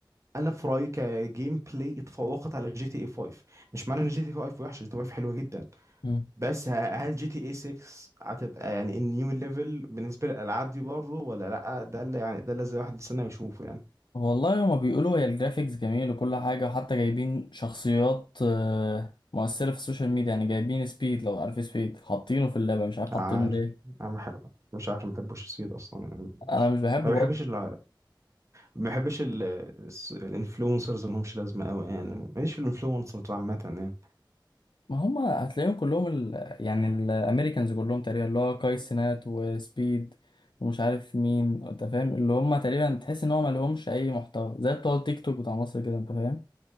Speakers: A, on the right; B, on the left.
A: انا في رايي كجيم بلاي اتفوقت على جي تي اي 5 مش معنى ان جي تي اي 5 وحشه جي تي اي 5 حلوه جدا
B: مم.
A: بس ه- هل جي تي اي 6 هتبقى يعني النيو ليفل بالنسبه للالعاب دي برضه ولا لا ده اللي يعني ده اللي زي واحد يستنى يشوفه يعني
B: والله هما بيقولوا هي الجرافيكس جميل وكل حاجة وحتى جايبين شخصيات آه، مؤثرة في السوشيال ميديا يعني جايبين سبيد لو عارف سبيد حاطينه في اللعبة مش عارف
A: عارف
B: حاطينه ليه
A: انا بحب مش عارف ما بحبوش السويد اصلا يعني
B: أنا
A: مش...
B: مش بحبه
A: ما بحبش
B: برضه
A: ال... ما بحبش ال... الس- الانفلونسرز ما لهمش لازمه قوي يعني ماليش في الانفلونسرز عامه يعني
B: ما هما هتلاقيهم كلهم ال... يعني الأمريكانز كلهم تقريبا اللي هو كاي سينات وسبيد ومش عارف مين أنت فاهم اللي هما تقريبا تحس إن هما مالهمش أي محتوى زي بتوع التيك توك بتاع مصر كده أنت فاهم